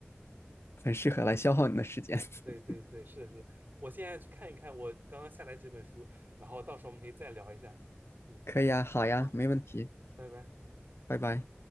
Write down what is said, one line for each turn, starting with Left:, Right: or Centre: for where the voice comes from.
Left: 很适合来消耗你的时间。
Right: 对对对，
Left: <laughs>
Right: 是的，是的，我现在去看一看我刚刚下载几本书，然后到时候我们可以再聊一下。嗯，
Left: 可以啊，好呀，
Right: 好，
Left: 没问题，
Right: 拜拜。
Left: 拜拜。